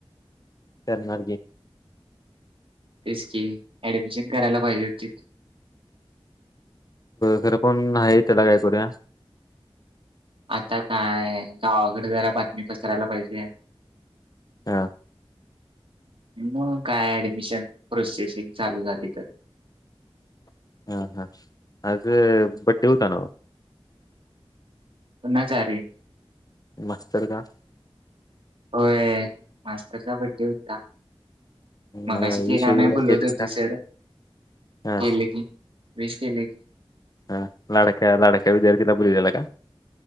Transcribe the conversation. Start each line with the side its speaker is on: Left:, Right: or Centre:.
Left: कर्नारकी
Right: तेच कि ऍडमिशन करायला पाहिजे होती
Left: खरं पण आहे त्याला काय करूया
Right: आता काय गावाकडे जरा बातमी पसरायला पाहिजे
Left: हा
Right: मग काय ऍडमिशन प्रोसेसिंग चालू झाली तर
Left: <inaudible> हा हा आज बडें हुता न्हव
Right: न जा रे
Left: मास्तर का
Right: होय. मास्तरचा बड्डे होता मगाशी
Left: म
Right: केक
Left: विश वगैरे
Right: आणायला
Left: काय
Right: बोलवत
Left: केलस
Right: होते
Left: का
Right: सर.
Left: हा
Right: केले की. विश केले की.
Left: हा लडक्या लडक्या विद्यार्थी दिलापला का